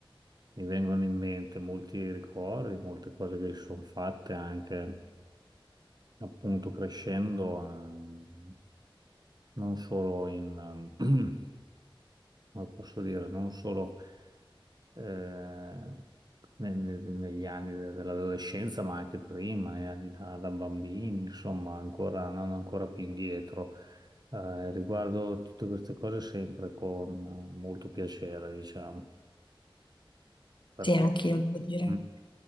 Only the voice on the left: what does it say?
sì, anch'io devo dire.